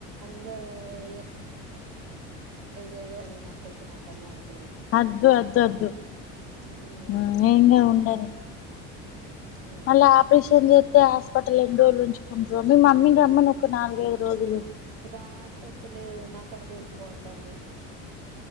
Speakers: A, on the right; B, on the left.
A: అందరు ఏ లేదేదో అని నా కొడుకు నా అన్న అనుకు
B: వద్దు వద్దు వద్దు
A: ఉమ్
B: ఉ ఏంగా ఉండండి
A: ఉమ్
B: మల్లా ఆపరేషన్ జెతే అప్పట్ల రెండు రోజులు ఉంచుకుంట్రో, మీ మమ్మీని రమ్మను ఒక నాలుగైదు రోజులు
A: రా అంట ఒత్తు లేదు నాకాడ దూలిపో అంటుంది.